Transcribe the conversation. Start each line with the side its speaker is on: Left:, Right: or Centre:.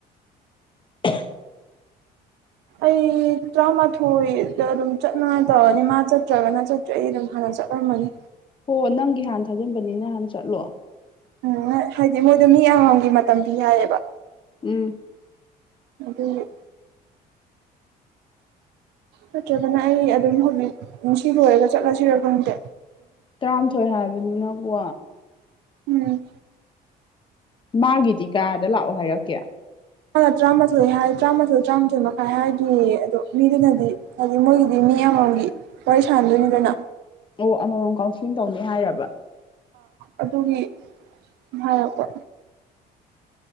Left: <inaudible>
Right: ꯑꯩ ꯇꯔꯥꯃꯥꯊꯣꯏꯗ ꯑꯗꯨꯝ ꯆꯠꯅꯉꯥꯏ ꯇꯧꯔꯅꯤ ꯃꯥ ꯆꯠꯇ꯭ꯔꯒꯅ ꯆꯠꯇꯦ ꯑꯩ ꯑꯗꯨꯝ ꯍꯜꯉꯛ ꯖꯠꯂꯝ ꯑꯃꯅꯤ
Left: ꯍꯣ ꯅꯪꯒꯤ ꯍꯥꯟ ꯊꯥꯖꯤꯟꯕꯅꯤꯅ ꯅꯥꯟ ꯆꯠꯂꯣ
Right: ꯎꯝ ꯍꯥꯏꯗꯤ ꯃꯣꯏꯗꯣ ꯃꯤ ꯑꯝꯒꯤ ꯃꯇꯝ ꯄꯤ ꯍꯥꯏꯌꯦꯕ
Left: ꯎꯝ
Right: ꯑꯗꯨꯗ ꯅꯠꯇ꯭ꯔꯒꯅ ꯑꯩ ꯑꯗꯨꯝ ꯍꯧꯖꯤꯛ ꯅꯨꯡꯁꯤ ꯂꯣꯏꯔꯒ ꯆꯠꯂꯁꯤꯔꯣ ꯈꯗꯦ
Left: ꯇꯔꯥꯃꯥꯊꯣꯏ ꯍꯥꯏꯕꯅꯤꯅꯀꯣ
Right: ꯎꯝ
Left: ꯃꯥꯒꯤꯗꯤ ꯀꯌꯥꯗ ꯂꯥꯛꯑꯣ ꯍꯥꯏꯔꯛꯀꯦ
Right: ꯃꯥ ꯇꯔꯥꯃꯥꯊꯣꯏ ꯍꯥꯏ ꯇꯔꯥꯃꯊꯣꯏ ꯇꯔꯥꯃꯥꯊꯣꯏ ꯃꯈꯥꯏ ꯍꯥꯏꯗꯌꯦ ꯑꯗꯣ ꯃꯤꯗꯨꯅꯗꯤ ꯍꯥꯏꯗꯤ ꯃꯣꯏꯒꯤꯗꯤ ꯃꯤ ꯑꯃꯒꯤꯃꯝ ꯋꯥꯔꯤ ꯁꯥꯟꯗꯣꯏꯅꯤꯗꯅ
Left: ꯑꯣ ꯑꯃꯃꯝ ꯀꯥꯎꯟꯁꯂꯤꯡ ꯇꯧꯅꯤ ꯍꯥꯏꯔꯕ
Right: ꯑꯗꯨꯒꯤ ꯍꯥꯏꯄꯣ